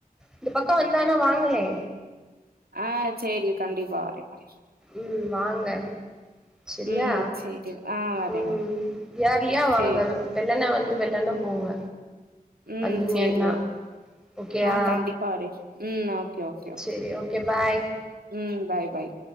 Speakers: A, in the centre; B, on the right (about 75°).
A: இது பக்கம் வந்தானா வாங்கலே
B: ஆஹ் சரி கண்டிப்பா வரே வர
A: ம் வாங்க செரியா
B: ம் சேரி ஆ வரே
A: ம்
B: வரே
A: ஏர்லியா வாங்க
B: சேரி
A: வெள்ளன வந் து வெள்ளன போங்க
B: ம்
A: வந்தீங்கன்னா
B: சேரி ஓ
A: ஓகேயா
B: ஆ கண்டிப்பா வரே ம் ஓகே ஓகே ஓகே
A: செரி பாய்
B: ம் பாய் பாய்